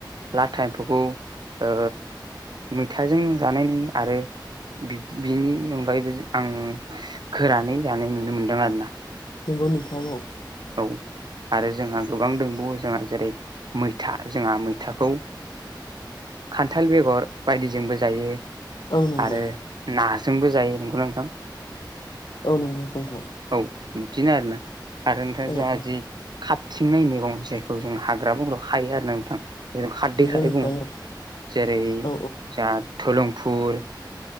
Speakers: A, on the right (about 60°); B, on the left (about 70°).
A: लाथा एम्फौखौ ओ मैथाजों जानाय नुयो आरो। बिनि अनगायैबो आं गोरानै जानाय नुनो मोनदों आरोना।
B: नंगौ नोंथां औ।
A: औ। आरो जोंहा गोबां दंबावो जोंहा जेरै मैथा जोंहा मैथाखौ खान्थाल बेगर बायदिजोंबो जायो
B: औ नंगौ
A: आरो। नाजोंबो जायो नंगौना नोंथां?
B: औ नंगौ नोंथां।
A: औ बिदिनो आरोना आरो नोंथां
B: औ
A: जोंहा
B: औ
A: जि खाबथिंनाय मैगं जायखौ जों हाग्रा बंग्रायाव खायो आरो ना नोंथाङ बेखौ जों खारदै
B: नंगौ
A: खारै
B: नोंथां
A: बुङो।
B: औ
A: जेरै
B: औ
A: जाङा धलंफुर